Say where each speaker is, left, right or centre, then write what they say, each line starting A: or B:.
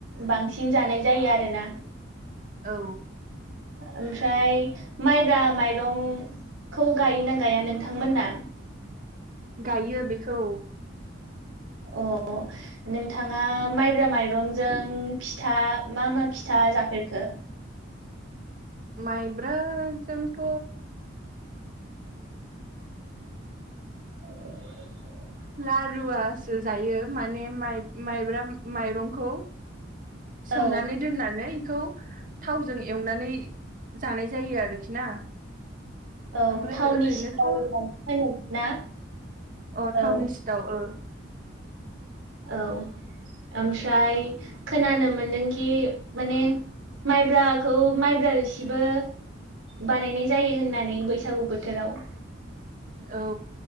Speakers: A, on the right; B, on the right.
A: बांसिन जानाय जायो आरोना
B: औ
A: ओमफ्राय माइब्रा माइरंखौ गायों ना गाया नोंथांमोना
B: गायो बेखौ
A: अ नोंथाङा माइब्रा माइरंजों फिथा मा मा फिथा जाफेरखो
B: माइब्राजोंथ'
A: <unintelligible>
B: लाारुवासो जायो माने माइब्रा माइरंखौ सोमनानै
A: औ
B: दोननानै बेखौ थावजों एवनानै जानाय जायो आरोखि ना
A: औ
B: ओमफ्राय
A: थावनि
B: ओरैनोथ'
A: सिथाव होनोमोन ना
B: अ
A: औ
B: थउननि सि थाव ओ
A: औ ओमफ्राय खोनानो मोनदोंखि माने माइब्राखौ माइब्रा रो सिबो बानायनाय जायो होननानै बैसागु बोथोराव
B: औ